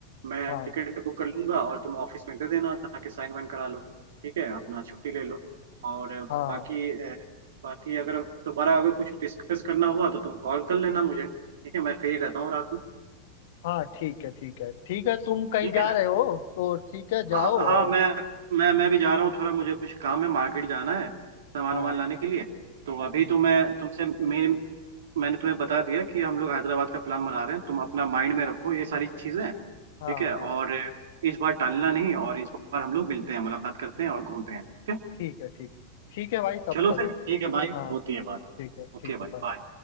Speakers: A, on the right; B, on the left.
A: मैं
B: हाँ
A: टिकट बुक कर लूंगा और तुम ऑफिस में दे देना ताकि साइन वाइन करा लो ठीक है अपना छुट्टी ले लो और अ,
B: हाँ
A: बाकी अ, बाकी अगर दोबारा अगर कुछ डिस्कस करना हुआ तो तुम कॉल कर लेना मुझे ठीक है मैं फ्री रहता हूँ रात में
B: हाँ ठीक है ठीक है ठीक है तुम कहीं
A: ठीक
B: जा
A: है
B: रहे हो तो ठीक है जाओ
A: हाँ हाँ
B: और
A: मैं मैं मैं भी जा रहा हूँ थोड़ा मुझे कुछ काम है मार्केट जाना है सामान
B: हाँ
A: वामान लाने के लिए तो अभी
B: हम्म,
A: तो मैं तुमसे मेरे मैंने तुम्हें बता दिया कि हम लोग हैदराबाद का प्लान बना रहे हैं तुम अपना माइंड में रखो ये सारी चीजें ठीक
B: हाँ
A: है और
B: हाँ
A: इस बार टालना नहीं और इस बार हम लोग मिलते हैं मुलाकात करते हैं और घूमते हैं ठीक है
B: ठीक है ठीक है ठीक है भाई तब
A: चलो
B: चलो
A: फिर ठीक है भाई
B: हाँ
A: होती है बात
B: ठीक है
A: ओके
B: ठीक है
A: भाई
B: बाय
A: बाय